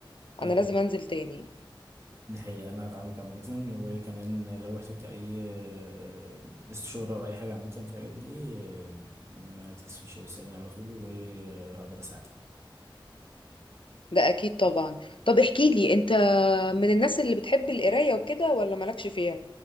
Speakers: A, on the right; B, on the left.
A: اهي
B: انا لازم انزل تاني
A: دي حقيقة انا ادعمك عامة وكمان لو احتجت اي آه، استشارة او اي حاجة عامة في الحاجات دي آه، ما تكسفيش واسأليني على طول وهقدر اساعدك
B: ده اكيد طبعا طب احكي لي انت من الناس اللي بتحب القراية وكده ولا مالكش فيها